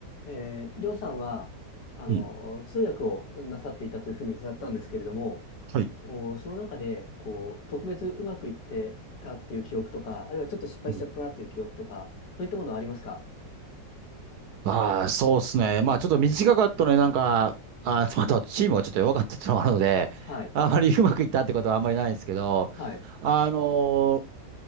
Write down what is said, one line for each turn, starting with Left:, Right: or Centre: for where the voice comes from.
Left: えー、りょうさんは、あの、
Right: うん。
Left: 通訳をなさっていたというふうに伺ったんですけれども、
Right: はい。
Left: お、その中で、こう、特別うまくいってたっていう記憶とか、あるいはちょっと失敗しちゃったなっていう記憶とか、
Right: うん
Left: そういったものはありますか
Right: ああ、そうですね。まあ、ちょっと短かったのになんか、あー、<laughs> まチームがちょっと弱かったっていうのもあるので、
Left: はい、
Right: あまりうまくいったってことはあんまりないんですけど、
Left: はい、
Right: あのー